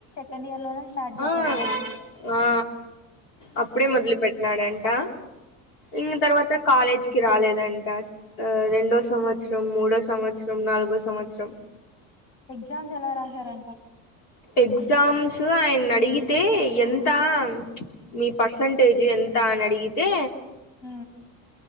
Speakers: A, on the left (about 70°); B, on the left (about 80°).
A: పండగలోనే స్టార్ట్ చేశారా?
B: ఆ ఆ అప్పుడే మొదలు పెట్టినాడంట ఇంగ తర్వాత కాలేజ్కి రాలేదంట ఆ రెండో సంవత్సరం, మూడో సంవత్సరం, నాలుగో సంవత్సరం
A: ఎగ్జామ్స్ ఎలా రాసారంట?
B: ఎగ్జామ్స్ ఆయన్ని అడిగితే ఎంత, చ్ మీ పర్సంటేజ్ ఎం అంతా అడిగితే
A: మ్